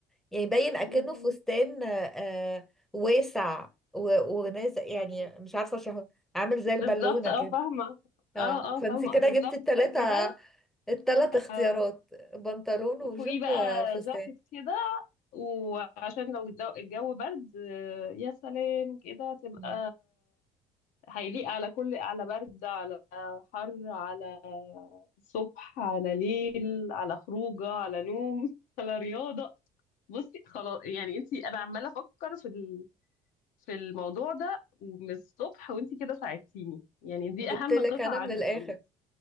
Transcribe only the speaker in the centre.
يعني باين اكنه
فستان آه، آه، واسع و- ونازل يعني
مش عارفه شهر عامل زي البالونه
كده
اه
فانت
كده
جبت التلاتة
التلات اختيارات
بنطلون
وجيب
وفستان
مم.
جبت
لك
انا من
الاخر